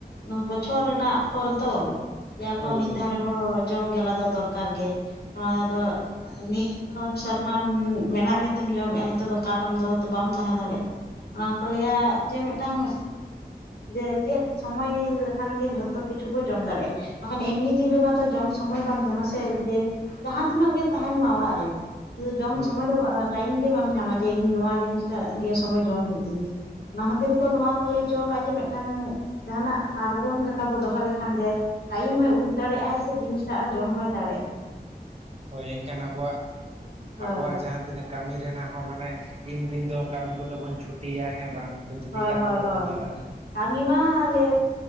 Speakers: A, on the left (about 75°); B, on the right (about 40°).
A: ᱱᱚᱭᱟ ᱵᱚᱪᱷᱚᱨ ᱨᱮᱱᱟᱜ ᱯᱷᱚᱞ ᱛᱚ ᱞᱮᱭᱟᱠᱚ
B: ᱦᱳᱭ
A: ᱢᱤᱫ
B: ᱦᱳᱭ
A: ᱫᱷᱟᱣ ᱨᱮ ᱦᱚ ᱡᱚᱢ ᱜᱮᱞᱟ ᱫᱚ ᱫᱚᱨᱠᱟᱨ ᱜᱮ ᱱᱚᱣᱟ ᱫᱚ ᱱᱤᱭᱟᱹ ᱥᱮᱨᱢᱟᱢ ᱢᱮᱱᱟᱜ ᱢᱮ ᱛᱮᱢ ᱡᱚᱢᱮᱜᱼᱟ ᱦᱚᱭ ᱛᱚ ᱵᱟ ᱠᱟᱞᱚᱢ ᱫᱚᱭ ᱦᱚᱭᱛᱚ ᱵᱟᱢ ᱛᱟᱦᱮᱸ ᱫᱟᱲᱮᱭᱟᱜᱼᱟ ᱾ ᱚᱱᱟ ᱠᱚ ᱞᱟᱹᱭᱟ ᱡᱮ ᱢᱮᱫᱴᱟᱝ ᱡᱮ ᱪᱮᱫ ᱥᱚᱢᱚᱭ ᱞᱮᱠᱷᱟᱱ ᱜᱮ ᱡᱷᱚᱛᱚ ᱠᱤᱪᱷᱩ ᱵᱚ ᱡᱚᱢ ᱫᱟᱲᱮᱜ ᱵᱟᱠᱷᱟᱱ ᱮᱢᱱᱤ ᱫᱤᱱ ᱨᱮᱢᱟᱛᱚ ᱡᱚᱢ ᱥᱚᱢᱚᱭ ᱵᱟᱢ ᱧᱟᱢᱟ ᱥᱮ ᱡᱮ ᱡᱟᱦᱟᱸ ᱛᱤᱱᱟᱹᱜ ᱜᱮ ᱛᱟᱦᱮᱱ ᱢᱟ ᱚᱲᱟᱜ ᱨᱮ ᱡᱚᱢ
B: ᱦᱳᱭ
A: ᱥᱚᱢᱚᱭ ᱫᱚ ᱵᱟᱢ ᱴᱟᱭᱤᱢ ᱜᱮ ᱵᱟᱢ ᱧᱟᱢᱟ ᱡᱮ ᱤᱧ ᱱᱚᱣᱟ ᱡᱤᱱᱤᱥ ᱴᱟᱜ ᱱᱤᱭᱟᱹ ᱥᱚᱢᱚᱭ ᱡᱚᱢ ᱦᱩᱭᱩᱜ ᱛᱤᱧᱟᱹ ᱾ ᱚᱱᱟ ᱠᱷᱟᱹᱛᱤᱨ ᱠᱚ ᱱᱚᱣᱟ ᱠᱚ ᱞᱮᱭ ᱦᱚᱪᱚ ᱠᱟᱜᱼᱟ ᱡᱮ ᱢᱮᱫᱴᱟᱝ ᱡᱟᱦᱟᱱᱟᱜ ᱯᱟᱨᱵᱚᱱ ᱞᱮᱠᱟ ᱵᱚ ᱫᱚᱦᱚ ᱞᱮᱠᱷᱟᱱ ᱡᱮ ᱴᱟᱭᱤᱢ ᱦᱚᱭ ᱩᱰᱩᱠ ᱫᱟᱲᱮᱭᱟᱜ ᱟᱭ ᱥᱮ ᱡᱤᱱᱤᱥᱴᱟᱜ ᱦᱚᱸ ᱡᱚᱢ ᱦᱚᱭ ᱫᱟᱲᱮᱭᱟᱜ ᱟᱭ ᱾
B: ᱦᱳᱭ ᱮᱝᱠᱷᱟᱱ ᱟᱵᱚᱣᱟᱜ,
A: ᱦᱳᱭ
B: ᱟᱵᱚᱣᱟᱜ ᱡᱟᱦᱟᱸ ᱛᱤᱱᱟᱹᱜ ᱠᱟᱹᱢᱤ ᱨᱮᱱᱟᱜ ᱦᱚᱸ ᱢᱟᱱᱮ ᱤᱱ ᱫᱤᱱ ᱫᱚ ᱠᱟᱹᱢᱤ ᱠᱚᱫᱚ ᱵᱚᱱ ᱪᱷᱩᱴᱤᱭᱟ ᱦᱮᱸ ᱵᱟᱝ? ᱡᱩᱫᱤ
A: ᱦᱳᱭ
B: ᱠᱟᱹᱢᱤ
A: ᱦᱳᱭ
B: ᱠᱚᱵᱚᱱ
A: ᱦᱳᱭ
B: ᱪᱟᱞᱟᱜᱼᱟ
A: ᱾ ᱠᱟᱹᱢᱤ ᱢᱟ ᱟᱞᱮ